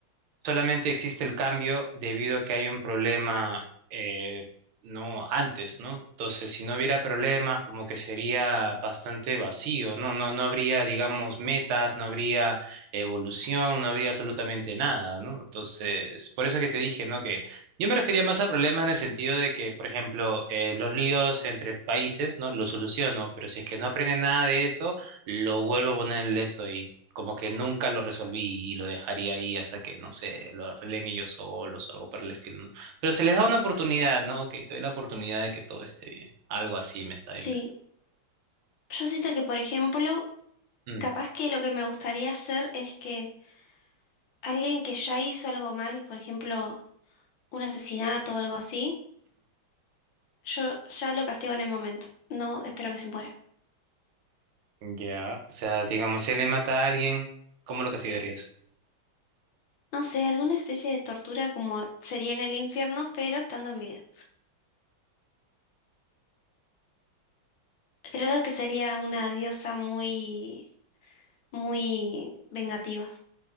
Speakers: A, on the right (about 80°); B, on the left (about 75°).
A: solamente existe el cambio debido a que hay un problema, eh, no antes, ¿no? Entonces, si no hubiera problemas, como que sería bastante vacío, ¿no? No, no habría, digamos, metas, no habría evolución, no habría absolutamente nada, ¿no? Entonces, por eso que te dije, ¿no? Yo me refería más a problemas en el sentido de que, por ejemplo, eh, los líos entre países, ¿no? Los soluciono, pero si es que no aprenden nada de eso, lo vuelvo a poner en eso y como que nunca lo resolví y lo dejaría ahí hasta que, no sé, lo arreglen ellos solos o algo por el estilo, ¿no? Pero se les da una oportunidad, ¿no? Ok, te doy la oportunidad de que todo esté bien. Algo así me está
B: Sí,
A: bien.
B: yo siento que, por ejemplo,
A: Mm,
B: capaz que lo que me gustaría hacer es que alguien que ya hizo algo mal, por ejemplo, un asesinato o algo así, yo ya lo castigo en el momento. No espero que se muera.
A: ujú. Ya. O sea, digamos, si él le mata a alguien, ¿cómo lo castigarías?
B: No sé, alguna especie de tortura como sería en el infierno, pero estando en vida. Creo que sería una diosa muy, muy vengativa.